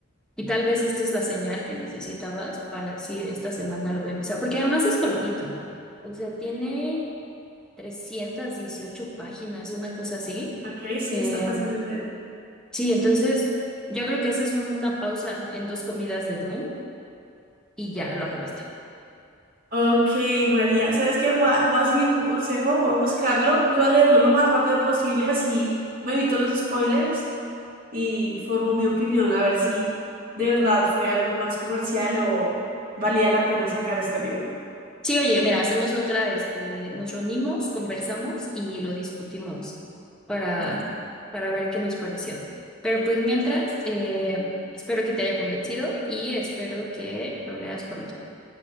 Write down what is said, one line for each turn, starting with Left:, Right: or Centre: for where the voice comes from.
Centre: y tal vez esta es la señal que necesitabas para decir, esta semana lo voy a empezar, porque además es cortito, o sea, tiene 318 páginas, una cosa así.
Right: Ok, sí,
Centre: Eh,
Right: está fácil de leer.
Centre: sí, entonces yo creo que esa es una pausa en dos comidas de Doom y ya lo acabaste.
Right: Ok, María, ¿sabes qué? Voy a, voy a seguir tu consejo, voy a buscarlo y voy a leerlo lo más rápido posible, así me evito los spoilers y formo mi opinión a ver si de verdad fue algo más comercial o valía la pena sacar este libro.
Centre: Sí, oye, mira, hacemos otra, este, nos reunimos, conversamos y lo discutimos para,
Right: <laughs> Listo.
Centre: para ver qué nos pareció. Pero pues mientras, eh, espero que te haya convencido y espero que lo leas pronto.